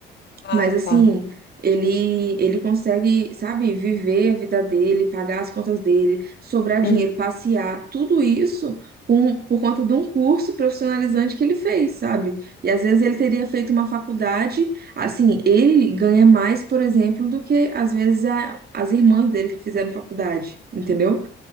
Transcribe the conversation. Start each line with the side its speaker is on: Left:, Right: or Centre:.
Left: ah,
Right: Mas assim,
Left: tá.
Right: ele ele consegue, sabe, viver a vida dele, pagar as contas dele, sobrar dinheiro,
Left: Uhum.
Right: passear, tudo isso com, por conta de um curso profissionalizante que ele fez, sabe? E às vezes ele teria feito uma faculdade, assim, ele ganha mais, por exemplo, do que às vezes a- as irmãs dele que fizeram faculdade, entendeu?